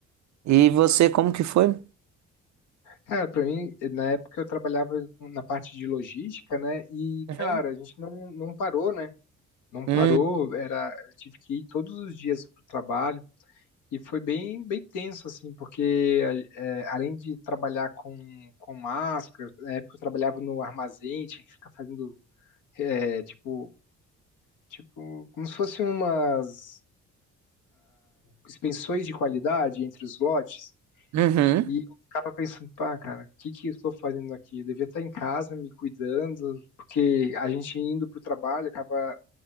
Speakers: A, on the right; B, on the left.
A: E você, como que foi?
B: Cara, pra mim, na época eu trabalhava com- na parte de logística, né? E,
A: Uhum.
B: cara, a gente não, não parou, né? Não
A: Hum,
B: parou, era, eu tive que ir todos os dias pro trabalho e foi bem, bem tenso, assim, porque a- é, além de trabalhar com, com máscara, na época eu trabalhava no armazém, tinha que ficar fazendo, é, tipo, Tipo, como se fossem umas suspensões de qualidade entre os lotes.
A: uhum.
B: E eu ficava pensando, pá, cara, o que que eu estou fazendo aqui? Eu devia estar em casa me cuidando, porque a gente indo pro trabalho acaba